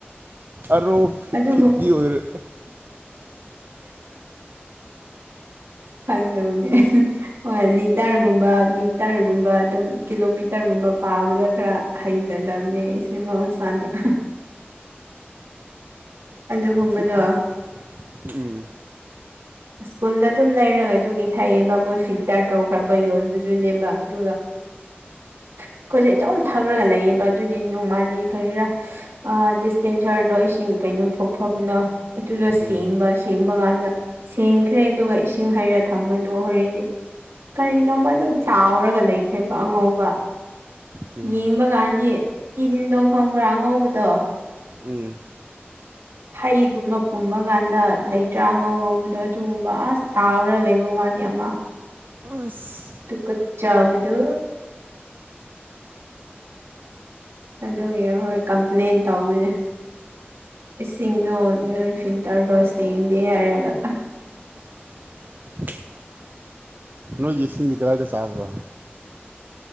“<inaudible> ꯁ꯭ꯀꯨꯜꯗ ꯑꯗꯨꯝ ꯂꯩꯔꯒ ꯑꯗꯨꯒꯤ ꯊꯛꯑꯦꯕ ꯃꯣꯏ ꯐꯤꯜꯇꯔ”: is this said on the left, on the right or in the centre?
Right